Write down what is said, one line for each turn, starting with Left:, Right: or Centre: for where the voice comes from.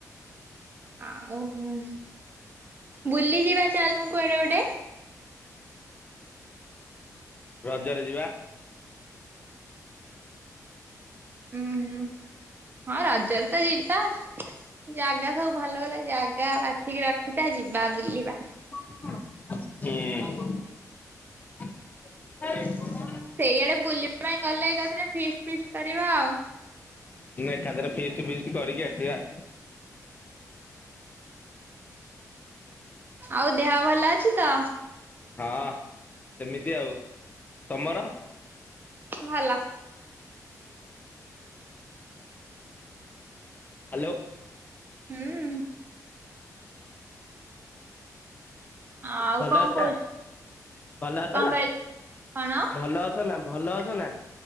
Right: ଆଉଁ ବୁଲି ଯିବା ଚାଲନୁ କୁଆଡେ ଗୋଟେ?
Left: ରଜରେ ଯିବା।
Right: ଉୁଁ- ହୁଁ -ହଁ ରଜରେ ତ ଯିବା। ଜାଗା ସବୁ ଭଲ ଭଲ ଜାଗା ବାଛିିକି ରଖିଥା ଯିବା ବୁଲିବା।
Left: <unintelligible>
Right: ସେଇଆଡ଼େ ବୁଲିବା ପାଇଁ ଗଲେ ଏକାଥରେ ଫିଷ୍ଟ ଫିଷ୍ଟ କରିବା ଆଉ।
Left: ନା ଏକାଥରେ ଫିଷ୍ଟି ଫିଷ୍ଟି କରିକି ଆସିବା।
Right: ଆଉ ଦେହ ଭଲ ଅଛି ତ?
Left: ହଁ ସେମିତି ଆଉ ତମର?
Right: ଭଲ।
Left: ହାଲୋ।
Right: ହୁଁ ଉଁ। <inaudible> ଆଉ
Left: ଭଲ
Right: କଣ
Left: ଅଛ
Right: କୋହୁଚୁ
Left: ନା ଭଲ ଅଛ
Right: କଣ
Left: ନା
Right: କହିଲ କଣ?
Left: ଭଲ ଅଛ ନା ଭଲ ଅଛ ନା?